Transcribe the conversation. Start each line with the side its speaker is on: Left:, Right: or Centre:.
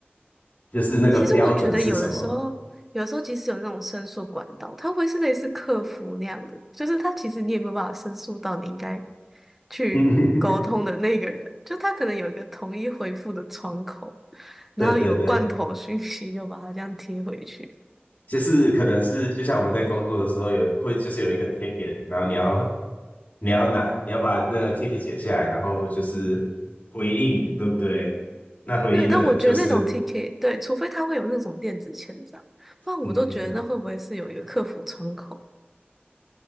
Left: 就是那个标准是什么？
Centre: 欸其实我觉得有的时候，有的时候即使有那种申诉管道，它会是类似客服那样的，就是它其实你也没有办法申诉到你应该去沟通的那个人，
Left: <laughs> 嗯，
Centre: 就他可能有一个统一回复的窗口，然后有罐头讯息就把它这样贴回去。
Left: 对对对。就是可能是就像我们在工作的时候有会就是有一个 ticket，然后你要你要拿你要把那个 ticket 写下来，然后就是回应，对不对？那回应的人就是
Centre: 对，但我觉得那种 t k 对，除非他会有那种电子签章，不然我都觉得那会不会是有一个客服窗口？
Left: 嗯嗯